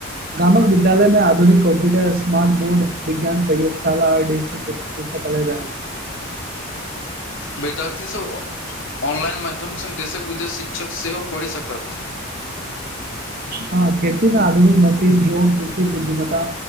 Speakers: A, on the right; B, on the left.
A: गामक विद्यालय में आधुनिक कॉम्प्यूटर स्मार्ट बोर्ड विज्ञान प्रयोगशाला आ डिजिटल त क रह <unintelligible>
B: विद्यार्थीसभ ऑनलाइन माध्यम संग देशक विदेश शिक्षक सेहो पढ़ि सकत
A: हँ, खेती ने आधुनिक मशीन ड्रोन के बुद्धिमाता